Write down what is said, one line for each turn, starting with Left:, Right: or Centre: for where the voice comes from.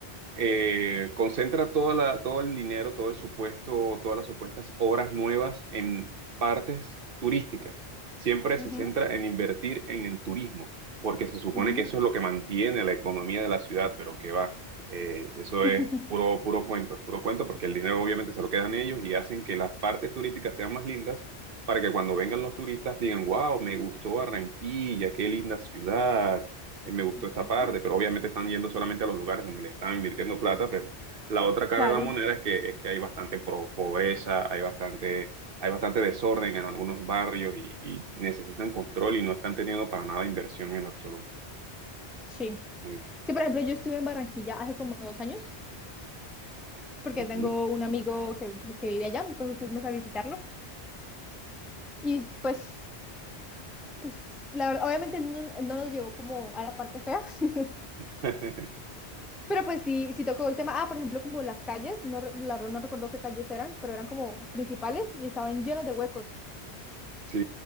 Right: eh, concentra toda la, todo el dinero, todo el supuesto, todas las supuestas obras nuevas en partes turísticas. Siempre se
Centre: Ujú,
Right: centra en invertir en el turismo, porque se supone
Centre: ujú.
Right: que eso es lo que mantiene la economía de la ciudad, pero que va, eh, eso
Centre: <laughs>
Right: es puro, puro cuento, puro cuento, porque el dinero obviamente se lo quedan ellos y hacen que las partes turísticas sean más lindas para que cuando vengan los turistas digan, wow, me gustó Barranquilla, qué linda ciudad eh, me gustó
Centre: Ujú.
Right: esta parte, pero obviamente están yendo solamente a los lugares donde le están invirtiendo plata, pero la otra cara
Centre: Claro,
Right: de la moneda es que, es que hay bastante pro- pobreza, hay bastante, hay bastante desorden en algunos barrios y, y necesitan control y no están teniendo para nada inversión en absoluto.
Centre: sí.
Right: Eh,
Centre: Sí, por ejemplo, yo estuve en Barranquilla hace como dos años, porque
Right: ujú.
Centre: tengo un amigo que, que vive allá, entonces fuimos a visitarlo. Y pues, pues, la verdad, obviamente él no, no nos llevó como a la parte fea, <laughs>
Right: <laughs>
Centre: Pero pues sí, sí tocó el tema. Ah, por ejemplo, como las calles, no, re- la verdad no recuerdo qué calles eran, pero eran como principales y estaban llenas de huecos.
Right: Sí,